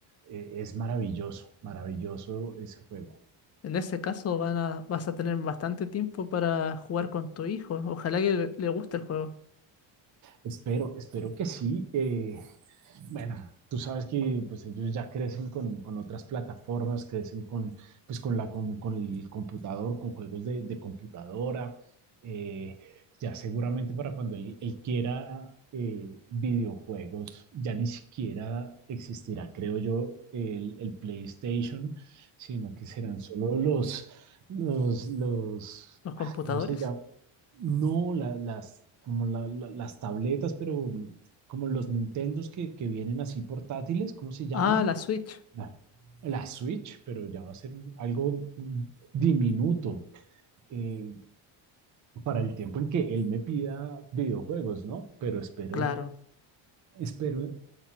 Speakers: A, on the right (about 35°); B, on the left (about 30°).
A: Eh, es maravilloso, maravilloso ese juego.
B: en ese caso van a, vas a tener bastante tiempo para jugar con tu hijo. Ojalá que le, le guste el juego.
A: Espero, espero que sí. eh, Bueno, tú sabes que pues ellos ya crecen con, con otras plataformas, crecen con, pues, con, la, con, con el computador, con juegos de, de computadora. Eh, ya seguramente para cuando él, él quiera eh, videojuegos, ya ni siquiera existirá, creo yo, el, el PlayStation, sino que serán solo los, los, los,
B: Los computadores.
A: ah, ¿cómo se llama? No, la- las, como la- la- las tabletas, pero como los Nintendos que, que vienen así portátiles, ¿cómo se llaman?
B: Ah, la Switch.
A: La, la Switch, pero ya va a ser algo diminuto eh, para el tiempo en que él me pida videojuegos, ¿no? Pero espero,
B: Claro.
A: espero